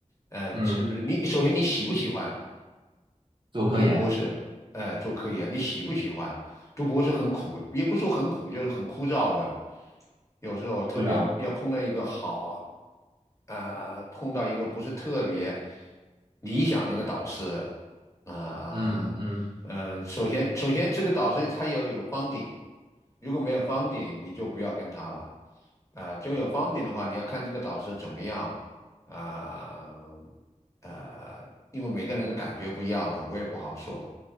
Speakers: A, on the left; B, on the right.
A: 呃，
B: 嗯，
A: 是不是你首先你喜不喜欢？
B: 做科研，
A: 读博士，呃，做科研，你喜不喜欢？读博士很苦，也不说很苦，就是很枯燥的。有时候特别要碰到一个好，
B: 是啊。
A: 呃，碰到一个不是特别理想的一个导师，啊、
B: 嗯嗯，
A: 呃，首先，首先这个导师他要有方 u 如果没有方 u 你就不要跟他了。啊、就有方 u 的话，你要看这个导师怎么样啊、呃呃，因为每个人的感觉不一样嘛，我也不好说。